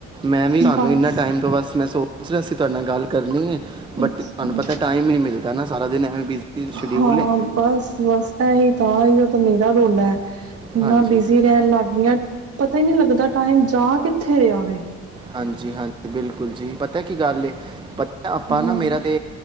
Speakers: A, on the right; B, on the right.
A: ਮੈਂ ਵੀ ਤੁਹਾਨੂੰ
B: ਬਸ
A: ਇਨਾ ਟਾਈਮ ਤੋਂ ਬਸ ਮੈਂ ਸ ਅਸੀਂ ਤੁਹਾਡੇ ਨਾਲ ਗੱਲ ਕਰਨੀ ਹੈ। ਬਟ
B: ਅੱਛਾ।
A: ਤੁਹਾਨੂੰ ਪਤਾ ਟਾਈਮ ਹੀ ਨਹੀਂ ਮਿਲਦਾ, ਨਾ ਸਾਰਾ ਦਿਨ ਐਵੇਂ ਬਿਜ਼ੀ ਸ਼ਡਿਊਲ
B: ਹਾਂ
A: ਹੈ।
B: ਬਸ ਬਸ ਇਹੀ ਤਾਂ ਹੀ ਉਹ ਤਾਂ ਮੇਰਾ ਰੋਲਾ ਐ। ਇੰਨਾ
A: ਹਾਂਜੀ
B: ਬਿਜੀ ਰਹਿਣ ਲੱਗ ਗਈਆਂ। ਪਤਾ ਹੀ ਨਹੀਂ ਲੱਗਦਾ ਟਾਈਮ ਜਾ ਕਿੱਥੇ ਰਿਹਾ ਵ,
A: ਹਾਂਜੀ ਹਾਂਜੀ ਬਿਲਕੁਲ ਜੀ ਪਤਾ ਕੀ ਗੱਲ ਤਾ, ਆਪਾਂ
B: ਹਾਂ।
A: ਨਾ ਮੇਰਾ ਤੇ,